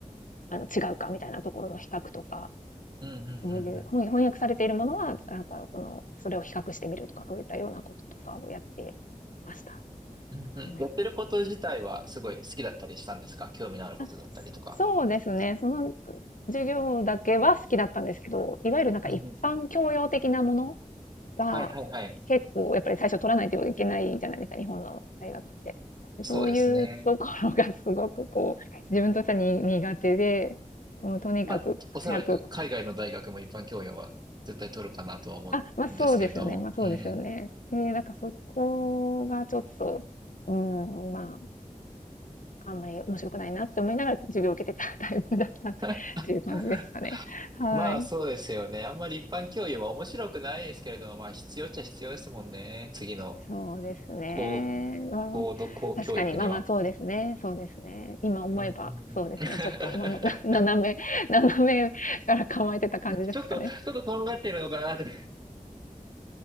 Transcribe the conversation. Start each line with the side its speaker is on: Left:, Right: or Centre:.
Left: あの違うかみたいなところの比較とか、
Right: うんうんうんうん。
Left: そういう本翻訳されているものは、なんかその、それを比較してみるとか、そういったようなこととかをやってました。
Right: うんうん。
Left: はい。
Right: やってること自体はすごい好きだったりしたんですか興味のあることだったりとか。
Left: あ、そうですね。その授業だけは好きだったんですけど、いわゆるなんか一般教養的なもの
Right: うんうん。
Left: が、
Right: はいはいはい。
Left: 結構やっぱり最初取らないといけないじゃないですか、日本の大学って。
Right: そうですね。
Left: そういうところがすごくこう、自分としてはに苦手で、もうとにかく早く、
Right: まあ、おそらく海外の大学も一般教養は絶対取るかなとは思うんですけれども。
Left: あ、まあそうですよね、まあそうですよね。
Right: うん
Left: で、なんかそこがちょっと、うん、まあ、あんまり面白くないなって思いながら授業を受けてたタイプだったっていう感じですかね。
Right: うん。<laughs>
Left: はい。
Right: まあそうですよね。あんまり一般教養は面白くないですけれども、まあ必要っちゃ必要ですもんね。次の
Left: そうですね。
Right: 高、
Left: うん、
Right: 高度高教育には。
Left: 確かに、まあまあ、そうですね。そうですね。今思えば、
Right: うんうんうん。
Left: そうですね。
Right: <laughs>
Left: ちょっと、なな <laughs> 斜め、斜めから構えてた感じですかね。
Right: ちょっと、ちょっととんがってるのかなって。